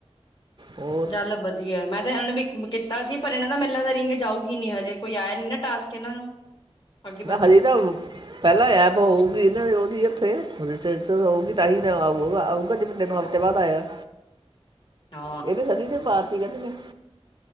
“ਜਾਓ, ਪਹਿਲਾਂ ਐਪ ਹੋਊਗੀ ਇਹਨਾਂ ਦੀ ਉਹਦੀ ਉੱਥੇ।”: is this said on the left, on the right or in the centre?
Right